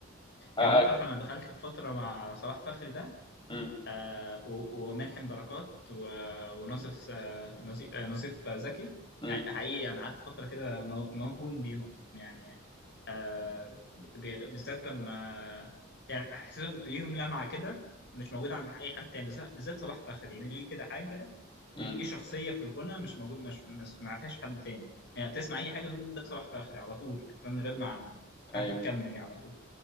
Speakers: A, on the left (about 25°); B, on the left (about 55°).
A: آه
B: جميل
A: آه.
B: تعرف انا دخلت في فتره مع صلاح فخري ده
A: أمم،
B: آه و- وملحم بركات و- وناصف آه نظيف آه نظيف زكي
A: أمم،
B: يعني حقيقي انا قعدت فتره كده مو- موهوم بيهم يعني آه ب- ب- بالذات لما يعني حسيتهم ليهم لمعه كده مش موجوده عند اي حد تاني بالذات بالذات صلاح فخري ليه كده حاجه
A: أمم.
B: ليه ليه شخصيه في الغنى مش موجود مش ما سمعتهاش في حد تاني يعني تسمع اي حاجه تقول ده صلاح فخري على طول من غير ما ما- حتى
A: أيوه
B: تكمل يعني على طول